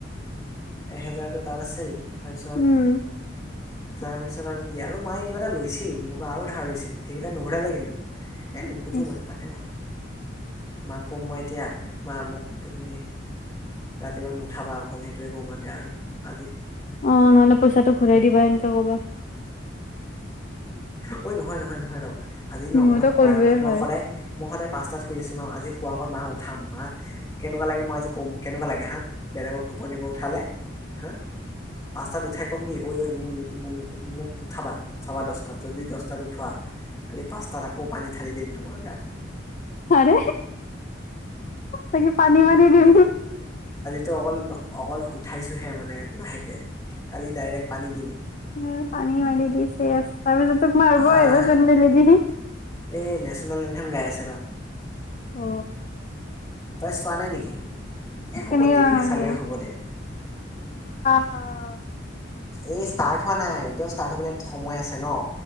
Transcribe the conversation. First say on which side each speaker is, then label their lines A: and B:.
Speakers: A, on the left; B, on the left.
A: এহেজাৰতো তাত আছিল তাৰপিছত
B: উম
A: তাৰপিছত আৰু কি আৰু মায়ে কিবা এটা লৈছিল মোৰ বা আৰু ধাৰ লৈছিল সেইকেইটা নুঘুৰালেে কিন্তু এ, নোখোজো
B: ইচ
A: মই পাতে ভাল মাক ক'ম মই এতিয়া মা মোক তুমিয়ে ৰাতিপুৱা নুঠাবা অকল সেইটোৱে কমাতে আৰু আজি
B: অ', নহলে পইচাটো ঘূৰাই দিবা এেনেকাে কব
A: হয়। ঐ নহয় নহয় নহয় ৰ আজি ন
B: মইতো
A: মই শোৱাৰ
B: ক'লোৱে
A: আগত মই
B: হয়।
A: সদায় মই সদায় পাঁচাত শুই আছো ন আজি শোৱাৰ আগত মা উঠাম মা কেকুৱা লাগে মই আজি ক'ম কেনেকুৱা লাগে হা বেলেগক টোপনিব উঠালে হা পাচাত উঠে ক'ম কি ঐ, ঐ মোৰ মোক উঠাবা চাবা দছটাত যদি দছটাত উঠোৱা খালি পাঁচটাত আকৌ পানী ঢালি দিম তোমাৰ গাত
B: আৰে তাকি পানী মানী দি
A: টো অকল অকল উঠাইছোহে মানে লাহেকে কালি ডাইৰেক্ট পানী দিম
B: উ পানী মাৰি দি চ তাৰ পিছত তোক মাৰিব
A: আহ
B: আহিব চেণ্ডেল দি
A: এই নেশ্যনেল এনথেম গাই আছে ৰ
B: অ
A: তই চোৱা নাই নেকি হ'ব
B: কেনেকে
A: দেৰিকে
B: বনাইছে?
A: চালে হ'ব দে
B: অ',
A: এই ষ্টাৰ্ট হোৱা নাই এতিয়াও ষ্টাৰ্ট হবলৈ সময় আছে ন